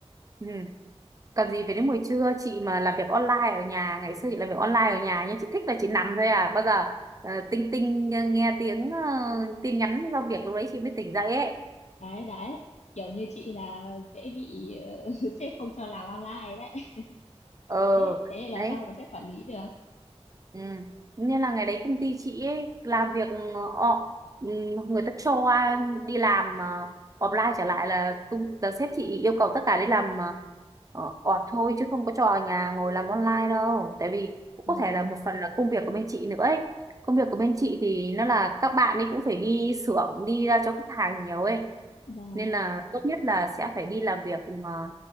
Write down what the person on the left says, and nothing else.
đấy đấy kiểu như chị là dễ bị ờ, <laughs> sếp không cho làm online đấy <laughs>
thế thế thì làm
sao mà sếp quản lý được
và
và